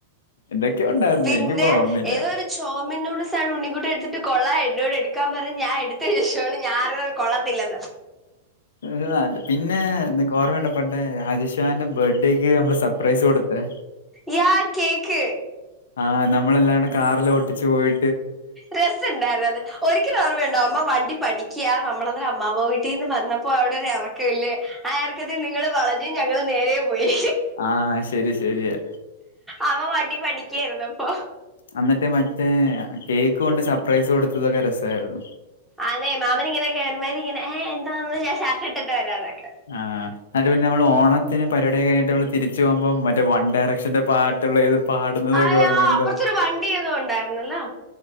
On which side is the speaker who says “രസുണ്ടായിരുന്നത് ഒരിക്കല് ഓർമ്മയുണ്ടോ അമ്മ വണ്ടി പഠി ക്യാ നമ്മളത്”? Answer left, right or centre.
Centre